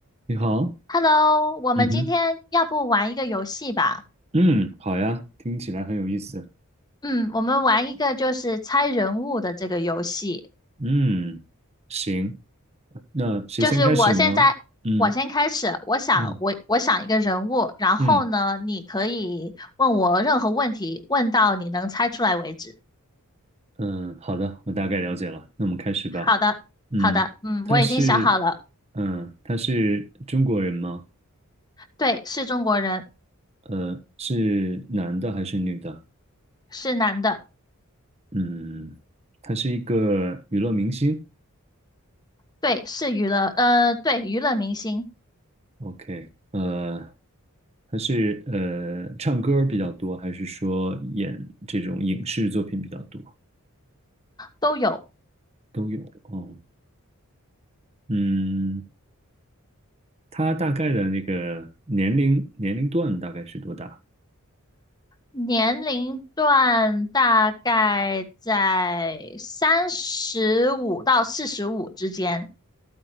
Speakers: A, on the right (about 30°); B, on the left (about 20°).
A: 你好，
B: Hello，我们今天要不玩一个游戏吧？
A: 嗯哼，嗯，好呀，听起来很有意思。
B: 嗯，我们玩一个就是猜人物的这个游戏。
A: 嗯，行，那谁先开始呢？
B: 就是我现在，
A: 嗯
B: 我先开始，我想我我想一个人物，
A: 嗯
B: 然后呢，
A: 嗯
B: 你可以问我任何问题，问到你能猜出来为止。
A: 嗯，好的，我大概了解了，那我们开始吧。
B: 好的，
A: 嗯，
B: 好的，嗯，
A: 他是，
B: 我已经想好了，
A: 嗯，他是中国人吗？
B: 对，是中国人，
A: 呃，是男的还是女的？
B: 是男的，
A: 嗯，他是一个娱乐明星。
B: 对，是娱乐，呃，对，娱乐明星
A: OK，呃，他是呃唱歌比较多，还是说演这种影视作品比较多？
B: 都有。
A: 都有哦。嗯，他大概的那个年龄年龄段大概是多大
B: 年龄段大概在三十五到四十五之间，